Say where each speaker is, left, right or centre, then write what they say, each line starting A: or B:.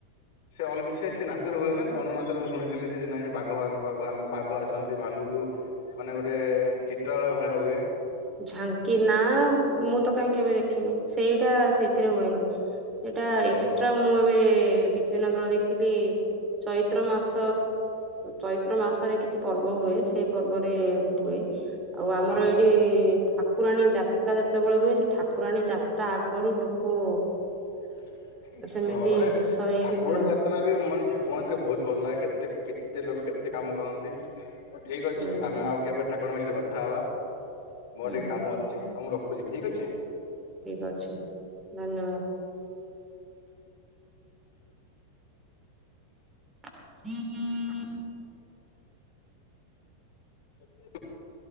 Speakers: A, on the left; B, on the right.
A: ସେ ଅଲଗ ସେ ସେ ନାଚରେ ହୁଏନା ସେ ଜନ ନାଚରେ ମୁଁ ଶୁଣିଥିଲି ସେ ନାଇଁ ବାଘ ବାଘ ଆସନ୍ତି ଭାଲୁ। ଯୋଉ ଅନେକ ଗୋଟେ ଚିତ୍ରାଳୟ ଭଳିଆ ହୁଏ।
B: ଝାଙ୍କି ନା ମୁଁ ତ କାହିଁ କେବେ ଦେଖିନି ସେଇଟା ସେଇଥିରେ ହୁଏନି। ସେଇଟା ଏକ୍ସଟ୍ରା
A: ଓହୋ
B: ମୁଁ ଏବେ କିଛି ଦିନ ତଳେ ଦେଇଥିଲି। ଚୈତ୍ର ମାସ ଚୈତ୍ର ମାସରେ କିଛି ପର୍ବ ହୁଏ ସେ ପର୍ବରେ ହୁଏ। ଆଉ ଆମର
A: ଓହୋ
B: ଏଇଠି ଠାକୁରାଣୀ ଯାତ୍ରା ଯେତେବେଳେ ହୁଏ ସେ ଠାକୁ ଠାକୁରାଣୀ ଯାତ୍ରା ଆଗରୁ ଲୋକ
A: <unintelligible>
B: ସେମିତି
A: ଓ ଏ
B: ଭେଷ ହେଇକି
A: ଠାକୁରାଣୀ
B: ବୁଲନ୍ତି
A: ଯାତ୍ରା ବି ମାନେ ଠାକୁର ଯାତ୍ରା ବହୁତ ଭଲ ଲାଗେ କେତେ କେତେ ଲୋକ କେ ଏତେ କାମ କରନ୍ତି ଠିକ ଅଛି
B: ହୁଁ
A: ଆମେ ଆଉ କେବେ ଠାକୁରଙ୍କ ବିଷୟରେ କଥା ହବା। ମୋର
B: ହୁଁ
A: ଟିକେ
B: ହୁଁ
A: କାମ ଅଛି ଆଉ ମୁଁ ରଖୁଛି ଠିକ ଅଛି।
B: ଠିକ ଅଛି ଧନ୍ୟବାଦ <unintelligible>
A: କେ <unintelligible>